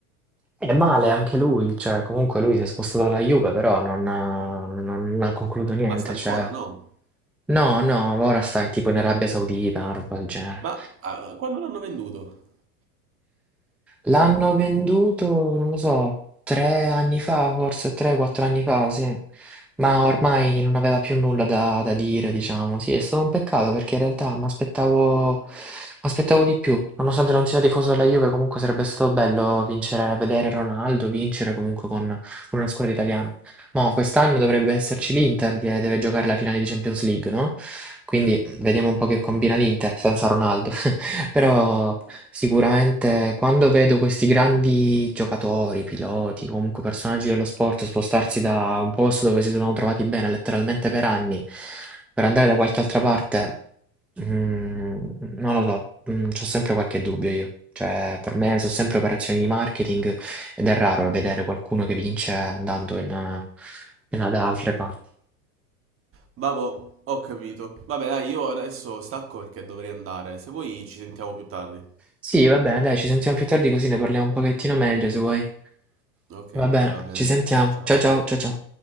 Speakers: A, in the centre; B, on the right.
A: È male anche lui, cioè comunque lui si è spostato alla Juve, però non ha, non ha concluso niente,
B: Ma sta ancora,
A: cioè...
B: no?
A: No, no, ora sta tipo in Arabia Saudita, una roba del genere.
B: Ma ah, quando l'hanno venduto?
A: L'hanno venduto, non lo so, tre anni fa, forse tre, quattro anni fa, sì. Ma ormai non aveva più nulla da, da dire, diciamo. Sì, è stato un peccato perché in realtà mi aspettavo, m'aspettavo di più. Nonostante non sia tifoso della Juve, comunque sarebbe stato bello vincere, vedere Ronaldo vincere comunque con, con una squadra italiana. Ma quest'anno dovrebbe esserci l'Inter che deve giocare la finale di Champions League, no? Quindi vediamo un po' che combina l'Inter senza Ronaldo. Però sicuramente quando vedo questi grandi giocatori, piloti, comunque personaggi dello sport spostarsi da un posto dove si sono trovati bene letteralmente per anni per andare da qualche altra parte, mm, non lo so, mm, c'ho sempre qualche dubbio io. Cioè, per me sono sempre operazioni di marketing ed è raro vedere qualcuno che vince andando in, in- da altre parti.
B: Vabbè, ho capito. Vabbè, dai, io adesso stacco perché dovrei andare. Se vuoi ci sentiamo più tardi.
A: Sì, va bene, dai, ci sentiamo più tardi così ne parliamo un pochettino meglio se vuoi.
B: Ok,
A: Va bene,
B: va bene.
A: ci sentiamo.
B: Ciao,
A: Ciao
B: ciao.
A: ciao ciao ciao.